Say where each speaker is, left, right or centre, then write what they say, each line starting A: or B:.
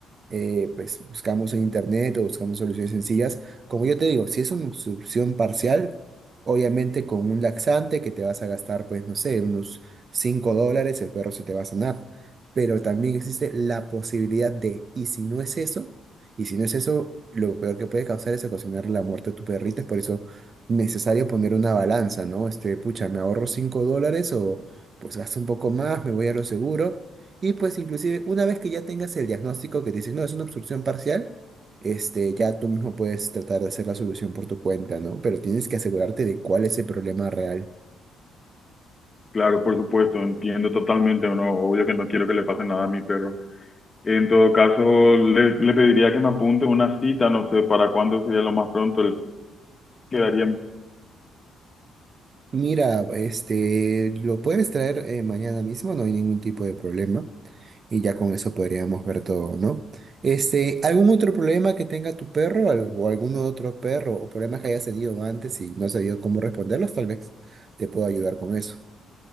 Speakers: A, on the right; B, on the left.
A: eh, pues buscamos en internet o buscamos soluciones sencillas. Como yo te digo, si es una solución parcial, obviamente con un laxante que te vas a gastar, pues no sé, unos 5 dólares, el perro se te va a sanar. Pero también existe la posibilidad de, y si no es eso, y si no es eso, lo peor que puede causar es ocasionar la muerte a tu perrito. Es por eso necesario poner una balanza, ¿no? Este, pucha, ¿me ahorro 5 dólares o pues gasto un poco más, me voy a lo seguro. Y pues inclusive una vez que ya tengas el diagnóstico que te dicen, no, es una obstrucción parcial, este, ya tú mismo puedes tratar de hacer la solución por tu cuenta, ¿no? Pero tienes que asegurarte de cuál es el problema real.
B: Claro, por supuesto, entiendo totalmente, no, obvio que no quiero que le pase nada a mi perro. En todo caso, le, le pediría que me apunte una cita, no sé para cuándo sería lo más pronto. Él quedaría.
A: Mira, este, lo puedes traer eh, mañana mismo, no hay ningún tipo de problema. Y ya con eso podríamos ver todo, ¿no? Este, ¿algún otro problema que tenga tu perro al- o algún otro perro o problemas que hayas tenido antes y no sabido cómo responderlos? Tal vez te puedo ayudar con eso.